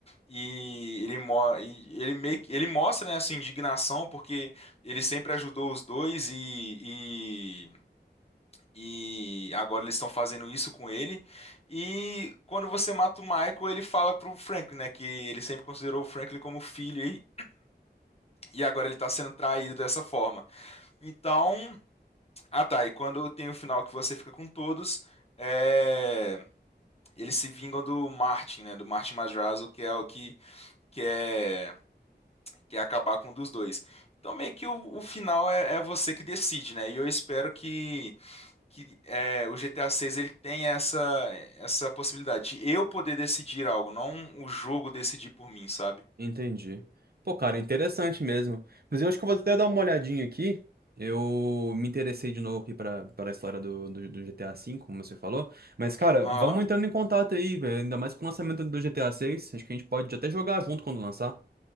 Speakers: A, on the left (about 35°); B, on the right (about 60°).
A: e ele, mo e ele, meio que- ele mostra, né, a sua indignação porque ele sempre ajudou os dois e, e agora eles estão fazendo isso com ele. E quando você mata o Michael, ele fala pro Franklin, né? Que ele sempre considerou o Franklin como filho e, e agora ele tá sendo traído dessa forma. Então, ah tá, e quando tem o final que você fica com todos, é, eles se vingam do Martin, né? Do Martin Madrazo, que é o que quer quer acabar com um dos dois. Então meio que o, o final é, é você que decide, né? E eu espero que que é, o GTA 6 ele tem essa essa possibilidade de eu poder decidir algo, não o jogo decidir por mim, sabe?
B: Entendi. Pô, cara, interessante mesmo. Mas eu acho que eu vou até dar uma olhadinha aqui. Eu me interessei de novo aqui pra, pra história do, do, do GTA V, como você falou. Mas, cara,
A: Aham.
B: vamos entrando em contato aí, velho. Ainda mais com o lançamento do GTA seis. Acho que a gente pode até jogar junto quando lançar.